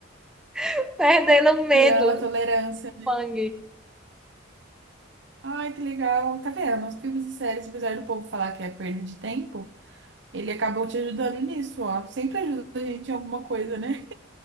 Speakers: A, in the centre; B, on the right.
A: <laughs> perdendo o medo
B: Criando uma
A: do
B: tolerância.
A: sangue.
B: Ai, que legal. Tá vendo? Os filmes e séries, apesar do povo falar que é perda de tempo, ele acabou te ajudando nisso, ó. Sempre ajuda a gente em alguma coisa, né?